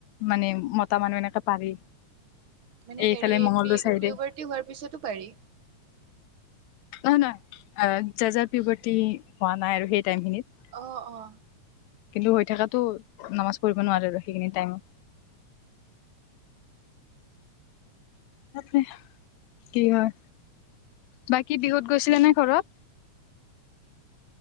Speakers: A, on the left; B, on the right.
A: মানে মটা মানুহ এনেকে পাৰি
B: মানে
A: এইফালে
B: হেৰি
A: মঙ্গগলদৈৰ
B: পি
A: চাইডে
B: পিউবাৰ্টি হোৱাৰ পিছতো পাৰি
A: নহয় নহয় জেজাৰ পিওবৰ্তি হোৱা নাই আৰু সেই টাইম খিনিত
B: অ অ
A: কিন্তু হৈ থাকাতো নামাজ কৰিব নোৱাৰে আৰু সেইখিনি টাইমত তাকে কি হয় বাকী বিহুত গৈছিলে নে ঘৰত